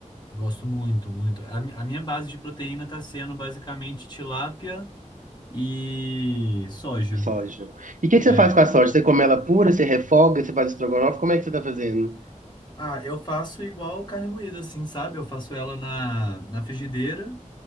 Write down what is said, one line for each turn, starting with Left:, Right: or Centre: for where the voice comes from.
Left: gosto muito, muito. A, mi- a minha base de proteína tá sendo basicamente tilápia e soja.
Right: E soja. E o que que você
Left: É,
Right: faz com a soja? Você come ela pura, você refoga, você faz estrogonofe? Como é que você tá fazendo?
Left: Ah, eu faço igual carne moída, assim, sabe? Eu faço ela na, na frigideira